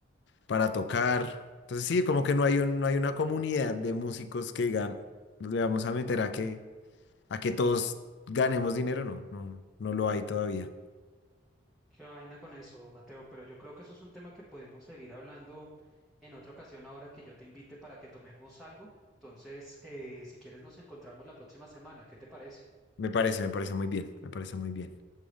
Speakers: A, on the left (about 65°); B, in the centre.
A: para tocar. Entonces, sí, como que no hay un, no hay una comunidad de músicos que digan, le vamos a meter a qué a que todos ganemos dinero, no, no, no lo hay todavía.
B: Qué vaina con eso, Mateo, pero yo creo que eso es un tema que podemos seguir hablando en otra ocasión ahora que yo te invite para que tomemos algo. Entonces, eh, si quieres, nos encontramos la próxima semana. ¿Qué te parece?
A: Me parece, me parece muy bien, me parece muy bien.